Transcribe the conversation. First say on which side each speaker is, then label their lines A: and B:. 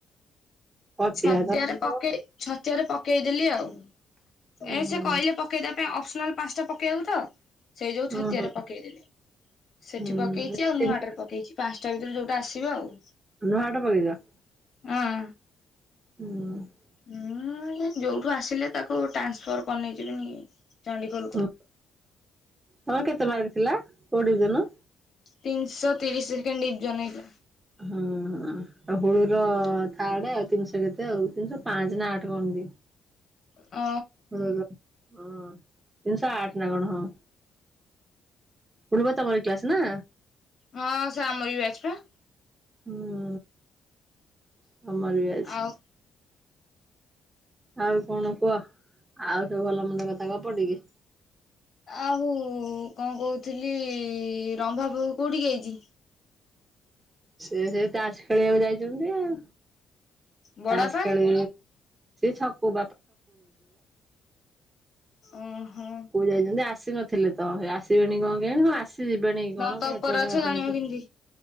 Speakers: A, on the right; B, on the left.
A: ଛତିଆ
B: ଛତିଆରେ
A: ଧରିଥିବ
B: ପକେଇ ଛତିଆରେ ପକେଇଦେଲି ଆଉ
A: ଓହୋ
B: ଏ ସେ କହିଲେ ପକେଇଦବା ପାଇଁ ଅପସନାଲ ପାଞ୍ଚଟା ପକେଇବ ତ ସେଇ ଯୋଉ ଛତିଆରେ
A: ଓହୋ
B: ପକେଇଦଲେ ସେଠି
A: ହୁଁ।
B: ପକେଇ ସେ ଆଉ ନୂଆଡଟରେ
A: ହୁଁ
B: ପକେଇଛି ପାଞ୍ଚଟା ଭିତରେ ଯୋଉଟା ଆସିବ ଆଉ
A: ନ ଆଟ ପେଇଦ
B: ହଁ
A: ହୁଁ
B: ମୁଁ ଯୋଉଠୁ ଆସିଲେ ତାକୁ ଟ୍ରାନ୍ସଫର୍ କରିନେଇଯିବିନି ଚଡିଖୋଲ
A: ହୁଁ ତମର କେତେ ବାାରି ଥିଲା କଡିଜନୁ
B: ତିନିଶହ ତିରିଶ ସେକେଣ୍ଡ ଡିପ୍ଜନଇଥିଲା।
A: ହଁ। ହ ଆଉ ହୁଳ ର ଥାର୍ଡ ଆଉ ତିନିଶହ କେତେ ଆଉ ତିନିଶହ ପାଞ୍ଚ ନା ଆଠ କଣ ଦି
B: ଓ
A: ହଁ ତିନିଶହ ଆଠ ନା କଣ ହଁ <unintelligible> ତମରି କ୍ଲାସ ନା।
B: ହଁ ସିଏ ଆମରି ବ୍ୟାଚ୍ ପା।
A: ହୁଁ ତମରି ବ୍ୟାଚ୍।
B: ଆଉ
A: ଆଉ କଣ କୁହ ଆଉ ସବୁ ଭଲ ମନ୍ଦ କଥା ଗପ ଟିକେ।
B: ଆଉ କଁ କୋହୁଥିଲି ରମ୍ଭା ବୋହୁ କୋଉଠି ଆଇଚି।
A: ସିଏ ସେଇ ତାଷ ଖେଳିବାକୁ ଯାଇଚନ୍ତି ଆଉ।
B: ବଡବାପା
A: ତାଷ ଖେଳି। ଛକୁକୁ
B: ଓହୋ
A: ଯାଇଚନ୍ତି ଆସିନଥିଲେ ତ ହେଇ ଆସିବେଣି କଁ କେୟାଣି ହଁ ଆସ୍ ସି ଯିବେଣି କି
B: ନଣନ୍ଦ
A: କଣ କାଇଁ
B: ଉପରେ
A: ଏତୋବୋଳେ
B: ଅଛ
A: ଜାଙ୍କେ।
B: ଜାଣିବ କେମିତି?
A: <unintelligible>